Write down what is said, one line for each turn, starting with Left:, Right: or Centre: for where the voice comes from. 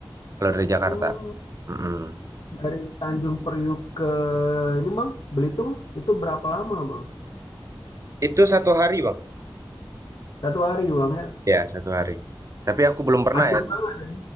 Right: kalau dari Jakarta.
Left: Oh.
Right: Mm-mm.
Left: Dari Tanjung Priuk ke ini bang, Belitung itu berapa lama bang?
Right: Itu satu hari, Bang.
Left: Satu hari bang ya,
Right: Ya, satu hari. Tapi aku belum pernah
Left: asik
Right: ya.
Left: banget ya.